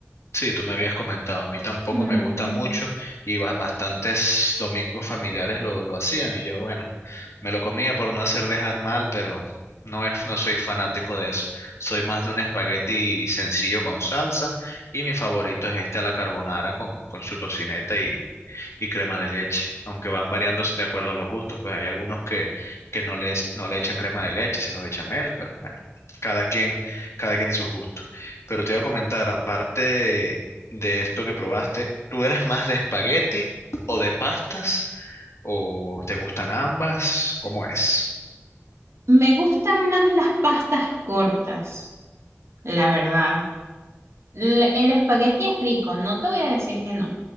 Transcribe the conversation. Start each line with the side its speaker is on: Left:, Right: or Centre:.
Left: Sí, tú me habías comentado, a mí tampoco
Right: Ujú.
Left: me gusta mucho y ba- bastantes domingos familiares lo, lo hacían y yo, bueno, me lo comía por no hacer dejar mal, pero no es, no soy fanático de eso. Soy más de un espagueti sencillo con salsa y mi favorito es este a la carbonara con, con su tocineta y, y crema de leche, aunque van variando de acuerdo a los gustos, pues hay algunos que, que no les, no le echan crema de leche, sino bechamel, pero bueno, cada quien, cada quien y sus gustos. Pero te iba a comentar, aparte de, esto que probaste, ¿tú eres más de espagueti o de pastas? ¿O te gustan ambas? ¿Cómo es?
Right: Me gustan más las pastas cortas. la verdad. L- El espagueti es rico, no te voy a decir que no,